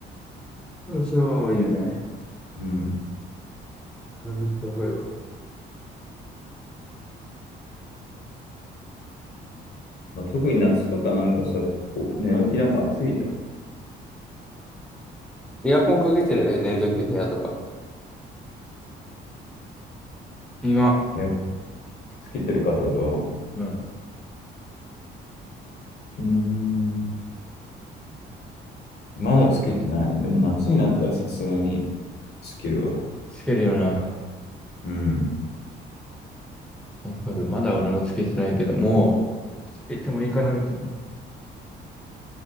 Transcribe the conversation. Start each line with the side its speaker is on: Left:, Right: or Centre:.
Centre: そのシャワーはいいよね。
Left: うん。
Centre: うんめっちゃわかるわ。
Left: まあ、特に夏とかなんかさ、こう寝起きなんか暑いじゃん。
Centre: エアコンかけてるえ、寝るとき部屋とかの。今、
Left: いや、つけてるかってこと
Centre: うん
Left: うーん。まだつけてないね。でも夏になったらさすがにつけるわ。
Centre: つけるよな。
Left: うん。
Centre: わかる。まだ俺もつけてないけど、もう、つけてもいいかなみたいな。